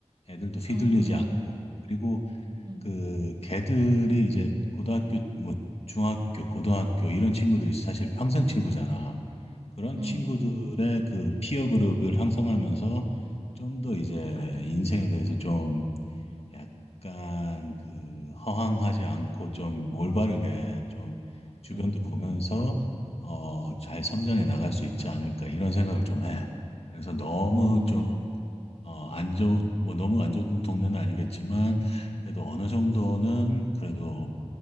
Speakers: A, on the left; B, on the right.
A: 애들도 휘둘리지
B: 음,
A: 않고 그리고
B: 음,
A: 그 걔들이 이제 고등학교 뭐 중학교 고등학교 이런 친구들이 사실 평생 친구잖아. 그런
B: 음,
A: 친구들의 그 피어 그룹을 형성하면서 좀 더 이제 인생에 대해서 좀 약간 그 허황하지 않고 좀 올바르게 좀 주변도
B: 음,
A: 보면서 어 잘 성장해 나갈 수 있지 않을까 이런 생각을 좀 해. 그래서 너무
B: 음,
A: 좀 어, 안 좋, 뭐 너무 안 좋은 동네는 아니겠지만, 그래도 어느 정도는 그래도